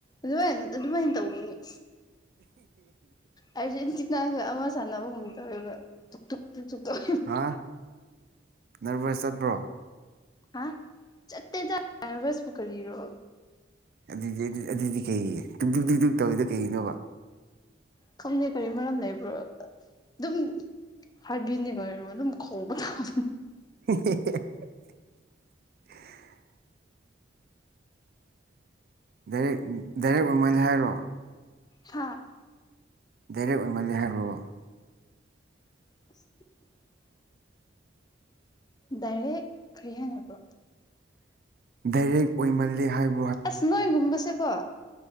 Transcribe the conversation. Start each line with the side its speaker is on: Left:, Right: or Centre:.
Left: ꯂꯨꯍꯟ ꯑꯗꯨꯃꯥꯏꯅ ꯇꯧꯅꯨꯅꯣꯏ ꯑꯔꯖꯦꯟ ꯇꯅꯒ ꯑꯃ ꯆꯥꯟꯅꯕꯨ ꯍꯨ ꯇ ꯑꯣꯏꯦꯕꯛ ꯊꯛ ꯊ ꯊ ꯇꯧ
Right: ꯍꯥ ꯅꯔꯚꯁ ꯆꯠꯄ꯭ꯔꯣ
Left: ꯍꯥ ꯆꯠꯠꯇꯦ ꯆ ꯔꯁꯕꯨꯨ ꯀꯔꯣ
Right: ꯑꯗꯨꯗꯤ ꯑꯗꯨꯗꯤ ꯀꯩ ꯇꯨꯗꯤꯛ ꯇꯨꯗꯤꯛ ꯇꯧꯋꯤꯗ ꯀꯩꯒꯤꯅꯣꯕ
Left: ꯈꯪꯗꯦ ꯀꯔꯤ ꯃꯔꯝ ꯂꯩꯕ꯭ꯔꯣ ꯑꯗꯨꯝ ꯍꯔꯕꯤꯅꯤꯒꯔꯅ ꯈꯣꯡꯋꯥꯕꯥꯎ
Right: <inaudible> ꯗꯥꯏꯔꯦꯛ ꯗꯥꯏꯔꯦꯛ ꯑꯣꯏꯃꯜꯂꯦ ꯍꯥꯏꯔꯣ
Left: ꯍꯥꯥ
Right: ꯗꯥꯏꯔꯧꯛ ꯑꯣꯏꯃꯥꯂꯦ ꯍꯤꯔꯣꯕꯥ
Left: <inaudible> ꯗꯥꯏꯔꯦꯛ ꯈꯔꯤ ꯍꯥꯏꯅꯕ꯭ꯔꯣ
Right: ꯗꯥꯏꯔꯦꯛ ꯑꯣꯏꯃꯂꯦ ꯍꯥꯏꯕ
Left: ꯑꯁ ꯅꯣꯏꯒꯨꯝꯕꯁꯦꯀꯣ